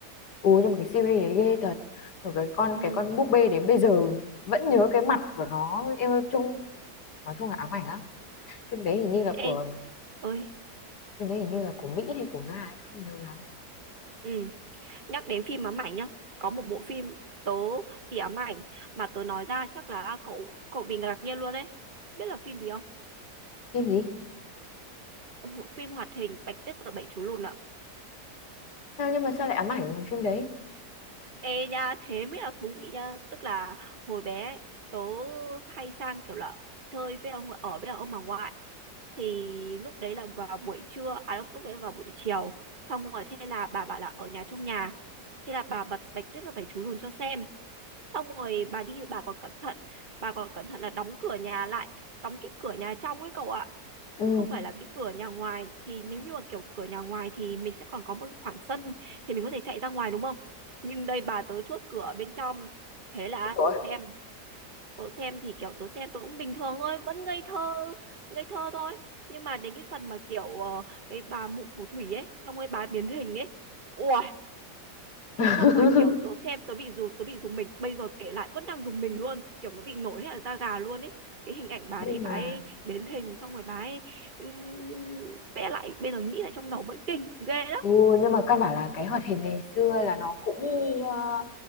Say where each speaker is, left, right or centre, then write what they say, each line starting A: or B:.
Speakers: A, on the left; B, on the right.
A: ui nhưng mà cái series đấy ghê thật rồi cái con
B: ừ
A: cái con búp bê đến bây giờ vẫn nhớ cái mặt của nó em ơi, chung nói chung là ám ảnh lắm phim đấy hình như là của
B: ê ơi
A: phim đấy hình như là của Mỹ hay của Nga ấy, tớ không nhớ lắm
B: ừ nhắc đến phim ám ảnh nhá có một bộ phim tớ bị ám ảnh mà tớ nói ra chắc là cậu cậu bị ngạc nhiên luôn đấy biết là phim gì không
A: phim gì
B: Ồ, phim hoạt hình Bạch Tuyết và Bảy Chú Lùn ạ
A: sao nhưng mà sao lại ám ảnh bằng phim đấy
B: ê nha thế mới là thú vị nha tức là hồi bé ấy, tớ hay sang kiểu là chơi với ông ở với ông bà ngoại thì lúc đấy là vào buổi trưa à lúc lúc đấy là vào buổi chiều xong rồi thế là bà bảo là ở nhà trong nhà thế là bà bật Bạch Tuyết và Bảy Chú Lùn cho xem xong rồi bà đi bà còn cẩn thận bà còn cẩn thận là đóng cửa nhà lại đóng cái cửa nhà trong ấy cậu ạ
A: ừ
B: chứ không phải là cái cửa nhà ngoài thì nếu như mà kiểu cửa nhà ngoài thì mình sẽ còn có một cái khoảng sân thì mình có thể chạy ra ngoài đúng không nhưng đây bà tớ chốt cửa bên trong thế là
A: rồi
B: tớ xem tớ xem thì kiểu tớ xem tớ cũng bình thường thôi vẫn ngây thơ ngây thơ thôi nhưng mà đến cái phần mà kiểu ờ, cái bà mụ phù thủy ấy xong rồi bà biến hình ấy ui
A: <laughs>
B: xong rồi kiểu tớ xem tớ bị rụt tớ bị rùng mình bây giờ kể lại vẫn đang rùng mình luôn kiểu nó bị nổi hết ở da gà luôn ấy cái hình ảnh bà
A: nhưng
B: đấy
A: mà
B: bà ấy biến hình xong rồi bà ấy ừm, vẽ lại bây giờ nghĩ lại trong đầu vẫn kinh ghê lắm
A: ừ, nhưng mà căn bản là cái hoạt hình ngày xưa là nó cũng ờ,